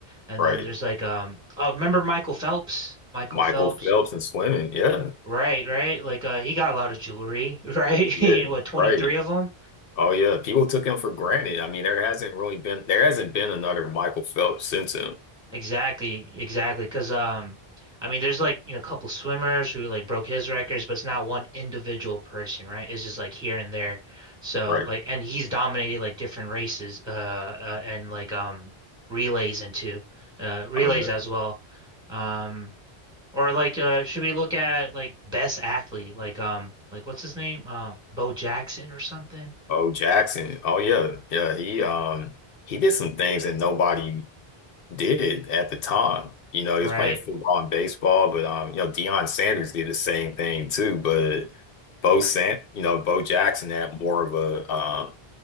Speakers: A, in the centre; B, on the left.
A: and
B: right,
A: then there's like um oh remember Michael Phelps Michael
B: Michael
A: Phelps
B: Phelps in swimming. Yeah,
A: right right like uh he got a lot of jewelry <laughs> right
B: he did.
A: <laughs> You know, what 23
B: Right.
A: of them
B: Oh yeah, people took him for granted. I mean, there hasn't really been there hasn't been another Michael Phelps since him.
A: Exactly, exactly. Because um, I mean, there's like you know a couple swimmers who like broke his records, but it's not one individual person, right? It's just like here and there. So
B: Right.
A: like, and he's dominated like different races, uh, uh and like um relays and too, uh, relays
B: Oh yeah.
A: as well. Um, or like uh, should we look at like best athlete, like um, like what's his name, uh, Bo Jackson or something,
B: Oh Jackson. Oh yeah. Yeah. He um he did some things that nobody did it at the time. You know, he
A: right?
B: was playing football and baseball, but um, you know, Deion Sanders did the same thing too. But Bo Sant, you know, Bo Jackson had more of a um,